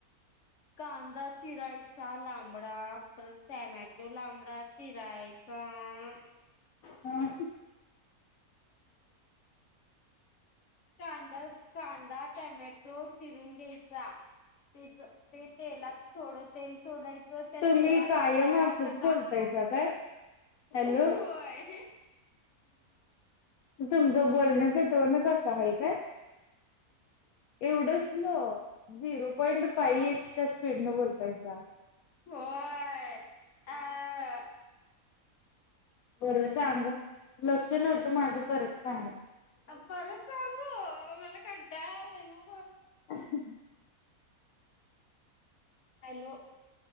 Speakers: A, on the left; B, on the left.
A: कांदा चिरायचा लांबडा परत टॅमॅटो लांबडा चिराय चा
B: हा
A: कांदा कांदा टामेटो चिरून घ्यायचा पि ते तेलात सोड तेल सोडायचं च त्या
B: तुम्ही कायम असंच
A: तेलत
B: बोलतायसा काय? हॅलो
A: <unintelligible> व्हय
B: तुमचं बोलण्याचा टोनच असा आहे काय? एवढ स्लो झिरो पॉईंट फाई
A: हा.
B: एक्स च्या स्पीड न बोलताय <unintelligible>
A: व्हय हा
B: बर सांग लक्ष नव्हतं माझं परत सांगा.
A: पण परत सांगू मला कंटाळा आलायो
B: <inaudible>
A: हॅलो.